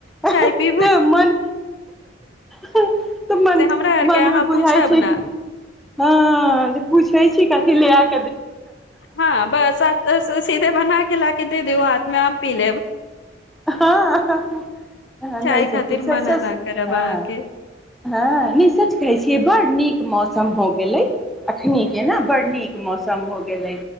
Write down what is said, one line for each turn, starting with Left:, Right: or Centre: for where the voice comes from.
Centre: त
Left: चाय पीबै
Centre: मन त मन
Left: से हमरा आरके
Centre: मनमे
Left: अहाँ
Centre: बुझाइछै
Left: पूछब ने
Centre: कि हं जे पूछै छी पी लेबाक
Left: हँ बस आ सीधे बना क ला के दे दियौ हाथ मे हम पी लेब
Centre: हं
Left: चाय
Centre: नहि
Left: खातिर
Centre: सखी छै
Left: मना
Centre: सच
Left: न करब
Centre: हं
Left: अहाँके
Centre: हं नै सच कहै छियै बड़ नीक मौसम हो गेलै अखनी के न बड़ नीक मौसम हो गेलै